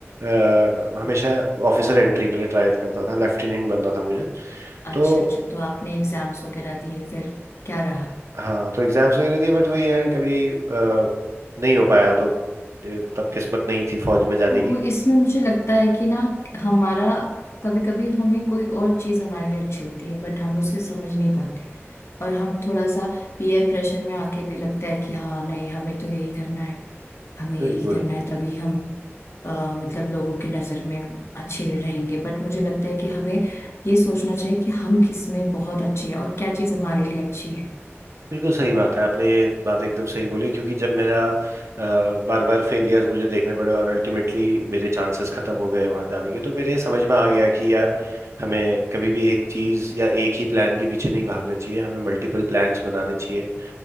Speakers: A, on the right; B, on the left.
A: अ, हमेशा ऑफिसर एंट्री के लिए ट्राई करता था लेफ्टिनेंट बनना था मुझे
B: अच्छा
A: तो
B: अच्छा तो आपने एग्जाम्स वगैरह दिए फिर क्या रहा
A: हाँ तो एग्जाम्स वगैरह दिए बट वही है कभी अ, नहीं हो पाया तो ये मतलब किस्मत नहीं थी फौज में जाने
B: तो
A: की
B: इसमें मुझे लगता है कि ना हमारा कभी कभी हमें कोई और चीज़ हमारे लिए अच्छी होती है बट हम उसे समझ नहीं पाते और हम थोड़ा सा पीयर प्रेशर में आके भी लगता है कि हाँ नहीं हमें तो यही करना है हमें यही
A: बिल्कुल
B: करना है तभी हम अ, मतलब लोगों की नज़र में अच्छे रहेंगे बट मुझे लगता है कि हमें ये सोचना चाहिए कि हम किस में बहुत अच्छे हैं और क्या चीज़ हमारे लिए अच्छी है
A: बिल्कुल सही बात है आपने ये बात एकदम सही बोली क्योंकि जब मेरा बार बार फेलियर्स मुझे देखने पड़े और अल्टीमेटली मेरे चांसेस खत्म हो गए वहां जाने के तो मेरे समझ में आ गया कि यार हमें कभी भी एक चीज या एक ही प्लान के पीछे नहीं भागना चाहिए हमें मल्टीपल प्लान्स बनाने चाहिए